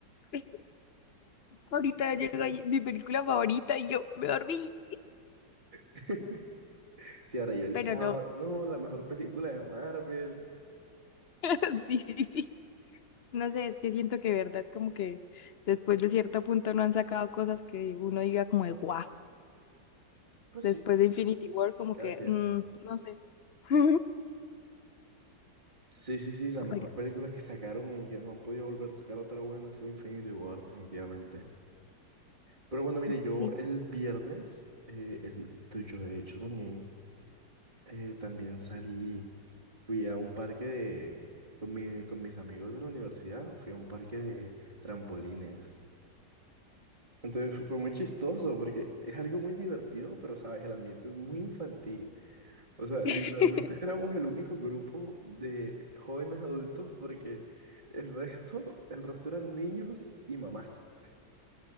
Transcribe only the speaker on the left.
<laughs> Ahorita llega ahí mi película favorita y yo me dormí,
pero
no,
<laughs> sí, sí, sí. No sé, es que siento que verdad como que después de cierto punto no han sacado cosas que uno diga como de guau.
Después
de
Infinity
War como
que,
mm, no sé. <laughs>
Pero
sí,
<laughs>